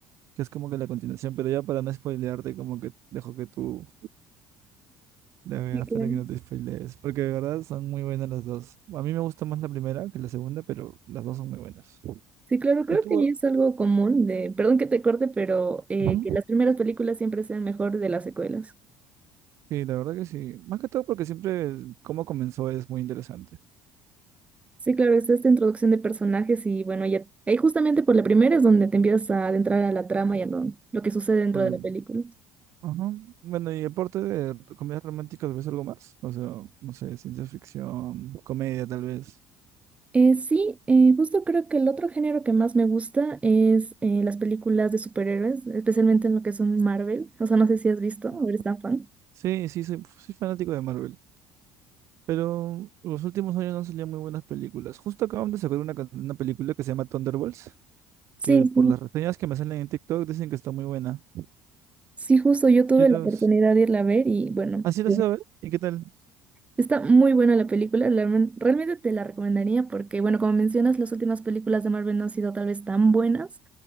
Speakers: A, on the right (about 60°); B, on the right (about 25°).
A: que es como que la continuación, pero ya para no spoilearte, como que dejo que tú la veas
B: Sí, claro.
A: para que no te spoilees, porque de verdad son muy buenas las dos. A mí me gusta más la primera que la segunda, pero las dos son muy buenas.
B: Sí, claro, creo
A: Y tú,
B: que es algo común de, perdón que te corte, pero eh,
A: Ujú.
B: que las primeras películas siempre sean mejor de las secuelas.
A: Sí, la verdad que sí. Más que todo porque siempre el cómo comenzó es muy interesante.
B: Sí, claro, es esta introducción de personajes y bueno, ya ahí justamente por la primera es donde te empiezas a adentrar a la trama y a lo, lo que sucede dentro
A: Oye,
B: de la película.
A: Ajá. Bueno, y aparte de comedias románticas, ¿ves algo más? O sea, no sé, ciencia ficción, comedia tal vez.
B: Eh, sí, eh, justo creo que el otro género que más me gusta es eh, las películas de superhéroes, especialmente en lo que son Marvel. O sea, no sé si has visto o
A: No.
B: eres tan fan.
A: Sí, sí, soy, soy fanático de Marvel. Pero los últimos años no salían muy buenas películas. Justo acaban de sacar una, can- una película que se llama Thunderbolts,
B: Sí,
A: que
B: sí.
A: por las reseñas que me salen en TikTok dicen que está muy buena.
B: Sí, justo yo tuve
A: Quiero...
B: la oportunidad de irla a ver y bueno,
A: Así lo
B: Sí.
A: sé, a ver. ¿Y qué tal?
B: está muy buena la película. la Realmente te la recomendaría porque, bueno, como mencionas, las últimas películas de Marvel no han sido tal vez tan buenas,